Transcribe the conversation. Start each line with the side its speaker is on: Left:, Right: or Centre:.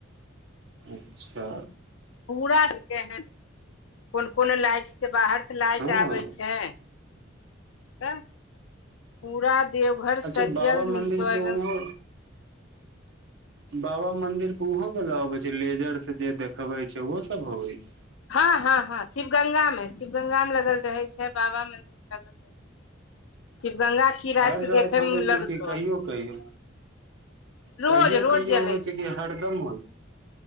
Right: अच्छा
Left: पूरा देलके है कोन कोन लाइटसँ बाहरसँ लाइट
Right: हँ
Left: आबै छैय त पूरा देवघर
Right: अच्छा
Left: सजल मिलतो
Right: पे
Left: एकदम
Right: ओहो
Left: स
Right: बाबा मन्दिर ओहो वला अबे छैय लेजर से जे देखबे छैय ओहो सब होवे छैय
Left: हँ हँ हँ शिव गंगा मऽ शिव गंगा मे लगल रहे छैय बाबा मंदिर मे लगल रहे छैय शिवगंगा
Right: हर
Left: के
Right: रति
Left: देखे
Right: होबे
Left: मे
Right: छैय
Left: लगतौ
Right: कि कहियो कहियौ
Left: रोज
Right: कहियो
Left: रोज
Right: कहियो
Left: जलै
Right: होबे
Left: छै
Right: छैय कि हरदम होय